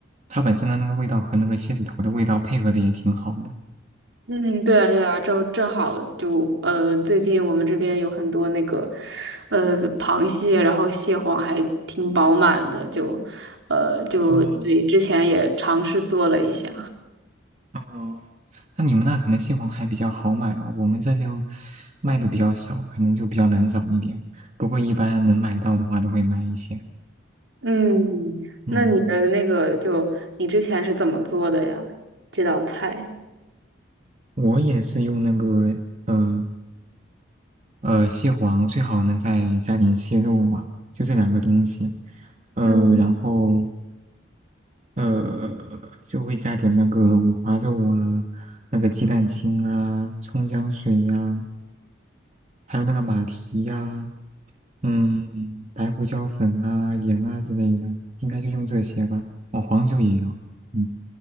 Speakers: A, on the right; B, on the right.
A: 它本身的那个味道和那个蟹子头的味道配合的也挺好的。
B: 嗯，对啊对啊，正正好就呃，最近我们这边有很多那个呃螃蟹，然后蟹黄还挺饱满的，就呃就对，
A: 嗯。
B: 之前也尝试做了一下。
A: 哦，那你们那可能蟹黄还比较好买吧，我们这就卖的比较少，可能就比较难找一点。不过一般能买到的话都会买一些。
B: 嗯，
A: 嗯，
B: 那你的那个就你之前是怎么做的呀？这道菜？
A: 我也是用那个呃呃蟹黄，最好能再加点蟹肉吧，就这两个东西。呃，
B: 嗯。
A: 然后呃就会加点那个五花肉啊，那个鸡蛋清啊，葱姜水呀、还有那个马蹄呀、嗯，白胡椒粉啊、盐啊之类的，应该就用这些吧。哦，黄酒也有。嗯，